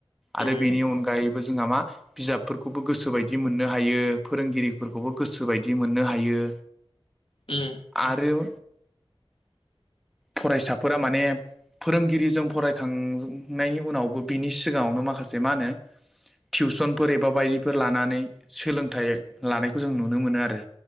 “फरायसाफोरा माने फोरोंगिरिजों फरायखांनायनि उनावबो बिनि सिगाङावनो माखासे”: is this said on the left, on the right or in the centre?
Centre